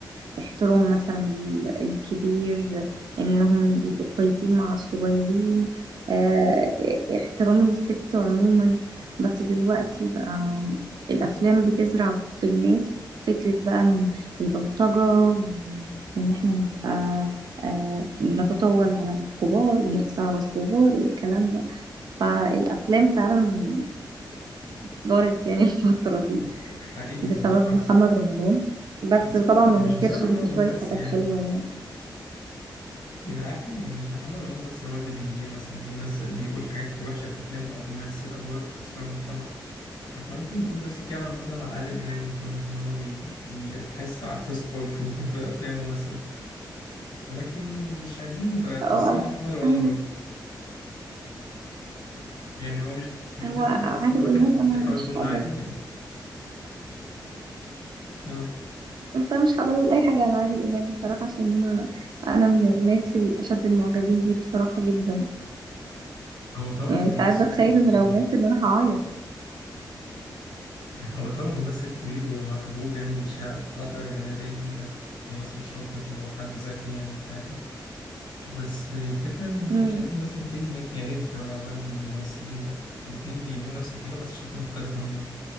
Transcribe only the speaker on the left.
ف- حقيقي
والله على
فكرة
بس هو مش
مش
بسبب محمد
رمضان
بس
يعني
يعني عارفة مش محمد رمضان بس هو اللي بي مثلا بيمثل بيقول حاجات وحشة في أفلامه أو بيمثل أدوار بتأثر على المجتمع احنا ممكن نقول نفس الكلام مثلا على عادل امام يكون مثلا هو بي- بيحس على الفسق والفجور في افلامه مثلا ولكن مش عايزين نبقى قاسيين
على محمد رمضان
برضه يعني هو مش مش
دفاع
بس الواحد
بيحاول
يكون
عادل يعني آه.
هو طبعا
ممثل
كبير
و...
هو طبعا ممثل كبير ومحبوب يعني وليه شع- قاعدة جماهيرية كبيرة ممثل شاطر وحد ذكي يعني في حياته بس الفكرة ان
مش عايزين نرسم كلمة كيانين في موضوع الممثلين ده الاتنين بيعملوا نفس الحاجة بس بشكل مختلف عموما